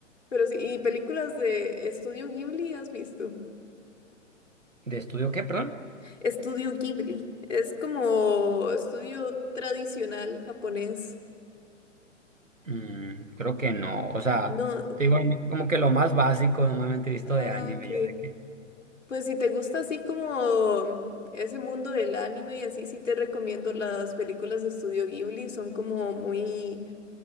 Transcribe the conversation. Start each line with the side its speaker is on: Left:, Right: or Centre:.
Left: pero sí, y películas de Estudio Ghibli, ¿has visto?
Right: ¿de estudio qué, perdón?
Left: Estudio Ghibli, es como estudio tradicional japonés.
Right: Mm, creo que no, o sea,
Left: No,
Right: te digo, como que lo más básico normalmente he visto
Left: ah,
Right: de anime,
Left: ok.
Right: yo de que,
Left: Pues si te gusta así como ese mundo del anime y así, sí te recomiendo las películas de Estudio Ghibli, son como muy...